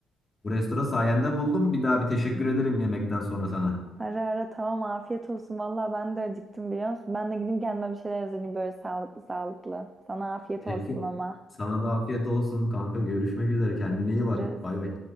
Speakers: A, on the left; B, on the right.
A: bu restoran sayende buldum bir daha bir teşekkür ederim yemekten sonra sana.
B: ara ara tamam afiyet olsun. Valla ben de acıktım biliyor musun? Ben de gideyim kendime bir şeyler hazırlayayım böyle sağlıklı sağlıklı. Sana afiyet
A: Peki
B: olsun ama.
A: sana da afiyet olsun kanka görüşmek üzere kendine
B: Görüşürüz.
A: iyi bak bay bay.